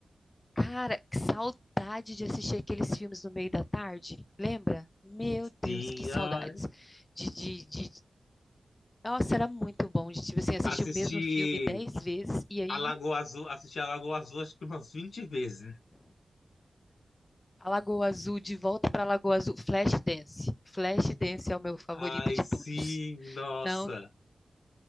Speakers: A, on the left; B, on the left.
A: cara, que saudade de assistir aqueles filmes no meio da tarde, lembra? Meu
B: Sim,
A: Deus, que saudades.
B: ai.
A: De, de, de... Nossa, era muito bom de, tipo assim, assistir
B: Assisti
A: o mesmo filme dez vezes e aí
B: a Lagoa Azul, assisti a Lagoa Azul acho que umas vinte vezes.
A: A Lagoa Azul, De Volta para a Lagoa Azul, Flashdance. Flashdance é o meu favorito
B: Ai,
A: de
B: sim,
A: todos.
B: nossa.
A: Não,